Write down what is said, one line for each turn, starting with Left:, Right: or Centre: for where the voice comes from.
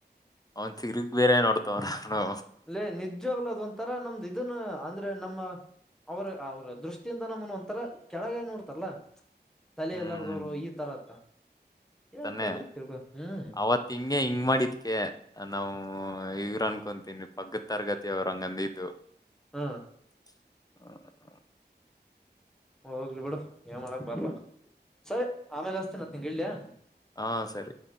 Left: ಅವನ್ ತೀರಗ ಬೇರೆ ನೋಡ್ತವರ ಅಲ್ಲೋ.
Centre: ಅದೇ ನಿಜವಾಗ್ಲದ ಒಂತರ ನಮ್ದ್ ಇದನ್ನ ಅಂದ್ರೆ ನಮ್ಮ ಅವ್ರ ಅವ್ರ ದೃಷ್ಟಿಯಿಂದ ನಮ್ಮನ್ ಒಂಥರ ಕೆಳಗ ನೋಡ್ತಾರಲ್ಲಾ. ತಲೆ
Left: ಹ್ಮ್
Centre: ಎಲ್ಲಾರ್ದವರು ಈ ತರ ಅತ್ತ ಹೇಳ್ತಾ
Left: ತಾನೆ
Centre: ಇದ್ರು ತಿಳ್ಕೊ ಹ್ಮ್
Left: ಅವತ್ತ್ ಹಿಂಗೆ ಹಿಂಗ್ ಮಾಡಿದ್ಕ ನಾವು ಇವ್ರ ಅನ್ಕೊಂತೀನಿ ಪಕ್ಕದ ತರಗತಿ ಅವ್ರು ಹಂಗಂದತ್ತು.
Centre: ಹ.
Left: <inaudible>
Centre: ಹೋಗ್ಲಿ ಬಿಡು ಏನ್ ಮಾಡಕ್ ಬರ್ಲಾ ಸರಿ ಆಮೇಲೆ ಹಸ್ತನಂತ ನಿಂಗ ಇಡ್ಲಾ.
Left: ಹಾ ಸರಿ.